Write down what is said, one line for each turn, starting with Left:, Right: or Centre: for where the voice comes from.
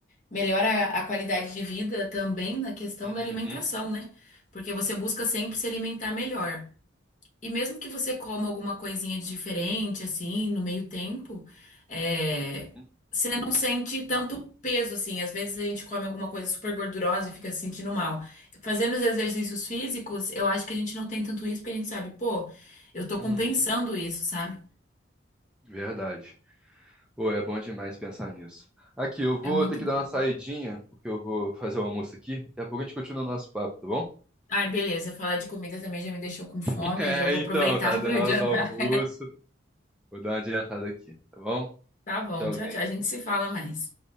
Left: melhora a qualidade de vida também na questão
Centre: Uhum,
Left: da alimentação, né? Porque você busca sempre se alimentar melhor. E mesmo que você coma alguma coisinha de diferente, assim, no meio tempo, é,
Centre: uhum,
Left: você não sente tanto peso, assim. Às vezes a gente come alguma coisa super gordurosa e fica se sentindo mal. Fazendo os exercícios físicos, eu acho que a gente não tem tanto isso, porque a gente sabe, pô, eu tô compensando
Centre: uhum.
Left: isso, sabe?
Centre: Verdade. Pô, é bom demais pensar nisso. Aqui, eu vou
Left: É muito
Centre: ter que
Left: bom.
Centre: dar uma saidinha, porque eu vou fazer o almoço aqui. Daqui a pouco a gente continua o nosso papo, tá bom?
Left: Ai, beleza. Falar de comida também já me deixou com fome.
Centre: <laughs> É,
Left: Eu já vou
Centre: então,
Left: aproveitar
Centre: tá dando
Left: <laughs> para adiantar.
Centre: a hora do almoço. Vou dar uma adiantada aqui, tá bom?
Left: Tá bom,
Centre: Tchauzinho.
Left: tchau, tchau. A gente se fala mais.